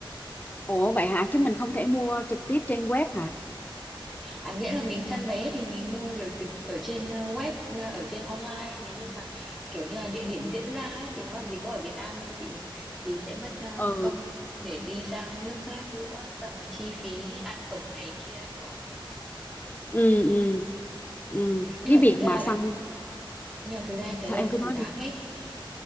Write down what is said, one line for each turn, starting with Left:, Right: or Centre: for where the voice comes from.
Left: ủa vậy hả chứ mình không thể mua trực tiếp trên web hả
Centre: À, nghĩa là mình săn vé thì mình mua được từ ở trên ờ, web ờ, ở trên online thế nhưng mà kiểu như là địa điểm diễn ra ấy thì nó làm gì có ở Việt Nam đâu chị thì sẽ mất ờ,
Left: ừ
Centre: công để đi sang nước khác nữa xong rồi chi phí ăn ở này kia nữa
Left: ừ ừ ừ
Centre: nhưng
Left: cái
Centre: mà
Left: việc
Centre: thực ra
Left: mà săn
Centre: là nhưng mà thực ra em thấy
Left: sao
Centre: là
Left: em cứ
Centre: xứng
Left: nói
Centre: đáng
Left: đi
Centre: hết